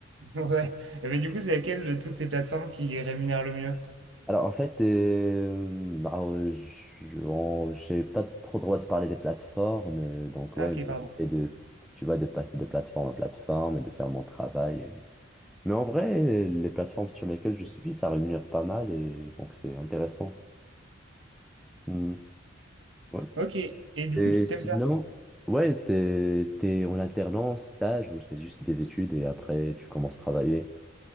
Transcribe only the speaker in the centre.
Alors en fait, euh, alors, je on- j'ai pas trop le droit de parler des plateformes, euh, donc
ouais,
mais
j'essaie de, tu vois, de passer de plateforme à plateforme et de faire mon travail. et- Mais en vrai, les plateformes sur lesquelles je suis, ça rémunère pas mal et donc c'est intéressant. Hmm, ouais.
Et
sinon,
ouais, t'es, t'es en alternance, stage ou c'est juste des études et après tu commences à travailler.